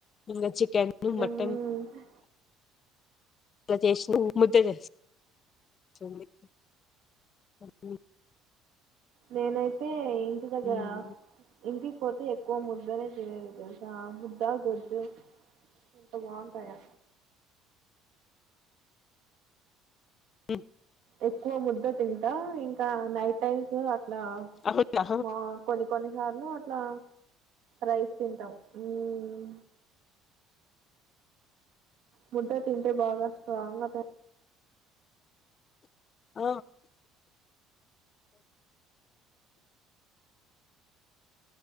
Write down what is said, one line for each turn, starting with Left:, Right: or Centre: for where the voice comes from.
Left: ఇంగా చికెన్
Right: మ్మ్
Left: మటన్ అలా చేసిన ముద్ద జేస్తా <unintelligible>
Right: నేనైతే ఇంటి దగ్గర
Left: ఉమ్.
Right: ఇంటి పోతే ఎక్కువ ముద్దనే తినేది దెలుసా ఆ ముద్ద గొంతు ఎంత బాగుంటాయా
Left: ఉమ్
Right: ఎక్కువ ముద్ద తింటా ఇంకా నైట్ టైమ్స్ అట్లా
Left: అవునా
Right: మా కొని కొన్నిసార్లు అట్లా రైస్ తింటాం ఉమ్ ముద్ద తింటే బాగా స్ట్రాంగ్ గా
Left: ఆ